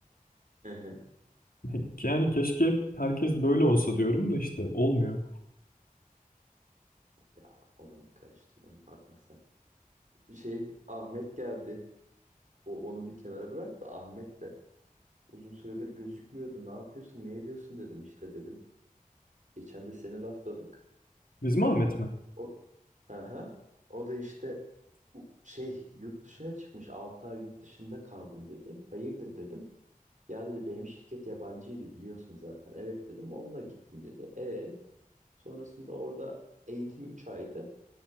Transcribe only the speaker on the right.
Hı hı.
Ya onu ne karıştırıyorum bakma sen. Şey Ahmet geldi. O onu bir kenara bırak da Ahmet de uzun süredir gözükmüyordu. Ne yapıyorsun? Ne ediyorsun dedim işte dedim. Geçen de seni lafladık.
O Aha. O da işte u- şey yurt dışına çıkmış 6 ay yurt dışında kaldım dedi. Hayırdır dedim. Ya dedi benim şirket yabancıydı biliyorsun zaten. Evet dedim onunla gittim dedi. E sonrasında orada eğitim 3 aydı.